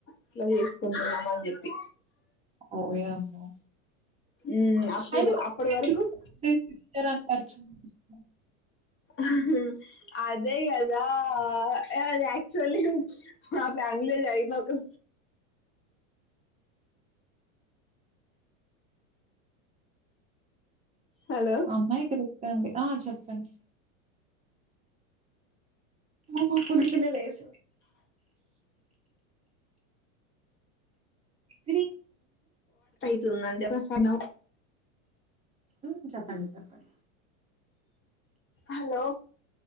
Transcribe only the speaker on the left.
ఇట్లా చేసుకుంటున్నాం అని చెప్పి
ఉమ్ అప్పుడు
అప్పటి
వరకు
హ ఉ అదే కదా అ ఆక్చువలీ మా బ్యాంగ్ళూర్యి ఈమెకు హలో
తూనండి ప్రసన
హలో